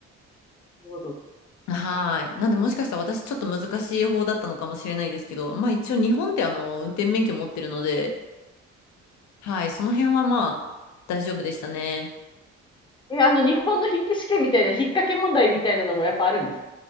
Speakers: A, on the left; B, on the left.
A: ほど。
B: はい。
A: 確かに。
B: なんでもしかしたら私ちょっと難しい方だったのかもしれないですけど、まあ一応日本ってあの運転免許持ってるので、はい、その辺はまあ大丈夫でしたね。
A: うん。え、あの、日本の筆記試験みたいな、引っ掛け問題みたいなのもやっぱあるんです。